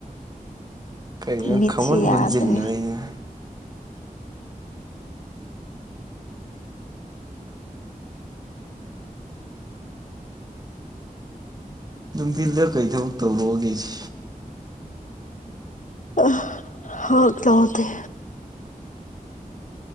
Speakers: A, on the right; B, on the left.
A: ꯀꯔꯤꯅ
B: ꯃꯤꯠꯁꯤ
A: ꯈꯪꯃꯨꯟ
B: ꯌꯥꯗ꯭ꯔꯦ
A: ꯃꯨꯟꯖꯤꯅꯔꯩꯅ ꯅꯨꯡꯊꯤꯟꯗ ꯀꯩ ꯊꯕꯛ ꯇꯧꯔꯛꯑꯣꯒꯦꯁꯦ
B: ꯑ ꯍ ꯀꯗꯦ